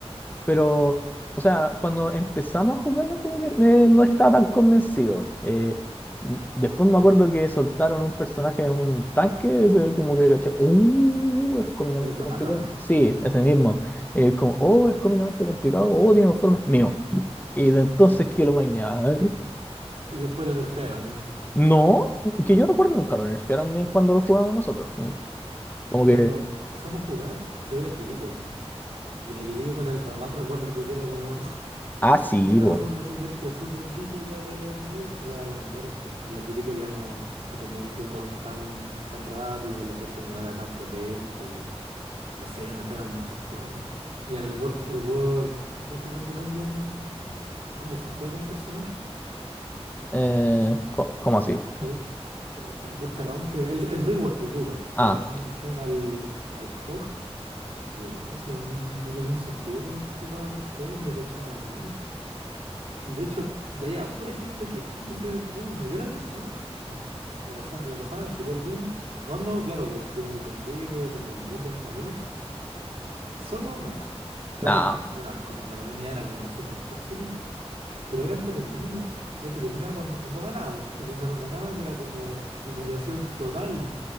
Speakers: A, on the left; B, on the right.
A: Pero, o sea, cuando empezamos a jugarlo, como que eh, no estaba tan convencido. Eh, n- después me acuerdo que soltaron un personaje, en un tanque, ese como que caché, uh, es cómicamente
B: El Ramatra,
A: complicado.
B: ¿o no?
A: Sí, ese mismo. Eh, como, oh, es cómicamente complicado, oh, tiene dos formas. Mío. Y de entonces que lo maineaba.
B: Y después lo nerfearon, así.
A: No, que yo recuerdo nunca lo nerfearon ni cuando lo jugábamos nosotros. Mm, Como
B: Es que
A: que,
B: cuando empezamos a jugar, salió la Kiriko, po. Y la Kiriko con el Ramatra, acuérdate que era como... <laughs>
A: ah, sí,
B: Era
A: po.
B: una sinergia súper brígida para los enemigos. Y la, la cambiaron, po. La Kiriko ya no, no tenía un cooldown tan, tan rápido, el efecto no era tan potente. No sé, nerfearon muchas cosas. Y el work, el work... ¿Cómo se dice cuando cambian cómo se juega un personaje?
A: Eh, co- ¿cómo así?
B: Wor- eh, que el workaround, que el, el rework, el rework que
A: Ah,
B: le hacen, hicieron al, al Hawk, que, que eso no, no no tenía ningún sentido cómo se jugaba después, no cachaba ni una. Y de hecho, veía a pura gente quejándose del juego, pero yo la pasaba bien. La pasaba, la pasaba súper bien. Jugando, claro, pues, co- contigo, con el Nico, entre amigos. Solo no. Terrible,
A: nada.
B: un asco. La comunidad era como súper tóxica. Pero era entretenido. Entretenido cuando, cuando ganábamos, porque cuando nos ganaban era como humillación total.